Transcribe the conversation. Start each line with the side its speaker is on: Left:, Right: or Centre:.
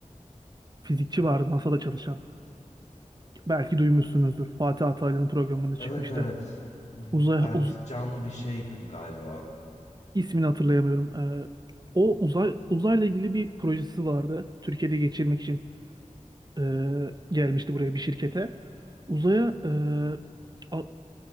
Right: fizikçi vardı NASA'da çalışan. Belki duymuşsunuzdur. Fatih Altaylı'nın programında çıkmıştı.
Left: Evet evet.
Right: Uzay
Left: Erkcan
Right: uz-
Left: bir şey galiba.
Right: ismini hatırlayamıyorum. Ee, o uzay uzayla ilgili bir projesi vardı. Türkiye'de geçirmek için e, gelmişti buraya bir şirkete. Uzaya e, a-